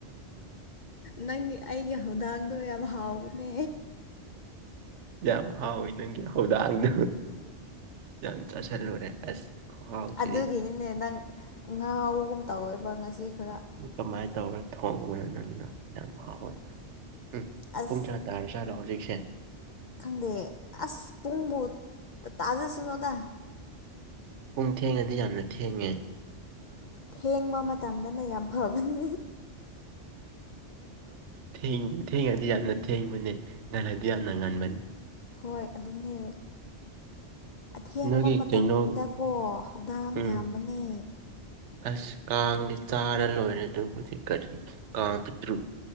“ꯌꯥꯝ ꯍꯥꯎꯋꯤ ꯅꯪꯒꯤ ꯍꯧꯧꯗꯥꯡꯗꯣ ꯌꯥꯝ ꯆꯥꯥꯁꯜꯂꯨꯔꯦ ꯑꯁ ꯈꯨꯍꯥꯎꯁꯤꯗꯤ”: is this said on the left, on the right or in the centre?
Right